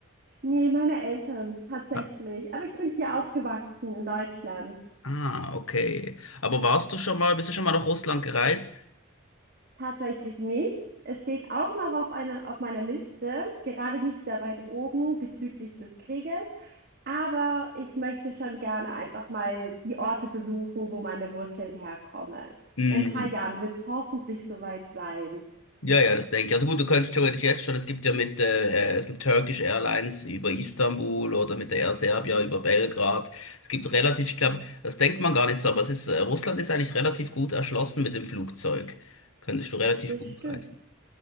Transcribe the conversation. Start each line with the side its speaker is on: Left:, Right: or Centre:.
Right: Nee, meine Eltern, tatsächlich.
Left: Ah,
Right: Aber ich bin hier aufgewachsen in Deutschland.
Left: ah, okay. Aber warst du schon mal, bist du schon mal nach Russland gereist?
Right: Tatsächlich nicht. Es steht auch noch auf einer, auf meiner Liste, gerade nicht sehr weit oben bezüglich des Krieges. Aber ich möchte schon gerne einfach mal die Orte besuchen, wo meine Wurzeln herkommen.
Left: Hm.
Right: In ein paar Jahren wird es hoffentlich soweit sein.
Left: Ja, ja, das denke ich. Also gut, du könntest theoretisch jetzt schon, es gibt ja mit, äh, äh, es gibt Turkish Airlines über Istanbul oder mit der Air Serbia über Belgrad. Es gibt relativ, ich glaube, das denkt man gar nicht so, aber es ist, äh, Russland ist eigentlich relativ gut erschlossen mit dem Flugzeug. Könntest du relativ
Right: Das
Left: gut
Right: stimmt.
Left: reisen.